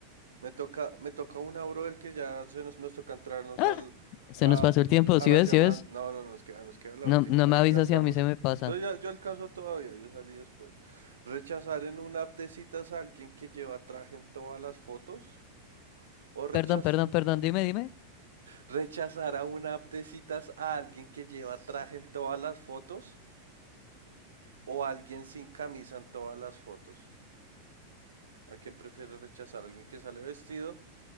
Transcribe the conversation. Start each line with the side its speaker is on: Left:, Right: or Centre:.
Right: Me toca, me toca una, brother, que ya se nos, nos toca entrarnos
Left: Ah,
Right: al,
Left: se
Right: a,
Left: nos pasó el tiempo.
Right: a
Left: ¿Sí
Right: la
Left: ves?
Right: llamada.
Left: ¿Sí ves?
Right: No, no, nos queda, nos queda la
Left: No,
Right: última.
Left: no
Right: Ahí
Left: me
Right: alcanzamos.
Left: avisas si a mí se me pasa.
Right: Yo ya, yo alcanzo todavía, yo salí después. Rechazar en una app de citas a alguien que lleva traje en todas las fotos. O rechaz-
Left: Perdón, perdón, perdón. Dime, dime.
Right: rechazar a una app de citas a alguien que lleva traje en todas las fotos. o alguien sin camisa en todas las fotos? ¿A quién prefiere rechazar? ¿Alguien que sale vestido,